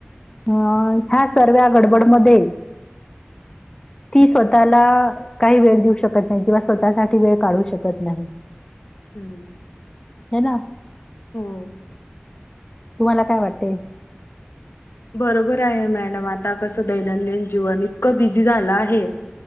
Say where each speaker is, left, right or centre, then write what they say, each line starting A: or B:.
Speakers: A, on the left (about 20°); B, on the left (about 80°).
A: हं ह्या सर्व गडबड मध्ये ती स्वतःला काही वेळ देऊ शकत नाही किंवा स्वतःसाठी वेळ काढू शकत नाही.
B: हम्म
A: हे ना
B: हो.
A: तुम्हाला काय वाटेल?
B: बरोबर आहे मॅडम आता कसं दैनंदिन जीवन इतकं बिझी झालं आहे.